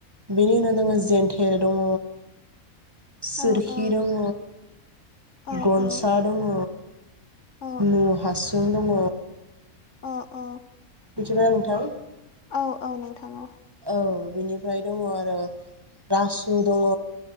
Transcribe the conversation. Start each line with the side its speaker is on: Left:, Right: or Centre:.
Right: बेनि उनाव दङ जेन्थेर दङ सोरखि
Left: औ औ
Right: दङ
Left: औ
Right: गनसा
Left: औ
Right: दङ
Left: औ
Right: न' हासुं दङ
Left: औ
Right: मिथिबायना नोंथां?
Left: औ औ नोंथां औ
Right: औ बिनिफ्राय दङ आरो रासु दङ